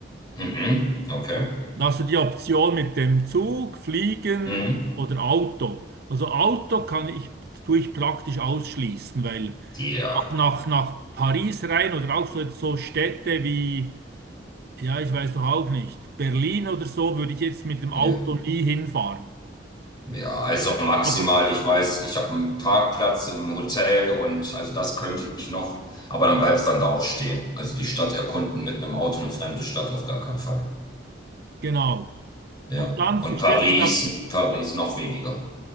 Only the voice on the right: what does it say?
Da hast du die Option mit dem Zug, Fliegen
oder Auto. Also Auto kann ich, tue ich praktisch ausschließen, weil
nach, nach Paris rein oder auch so, jetzt so Städte wie, ja, ich weiß doch auch nicht, Berlin oder so, würde ich jetzt mit dem
Auto nie hinfahren.
Aber
Genau.
Und dann
stellt
sich ab,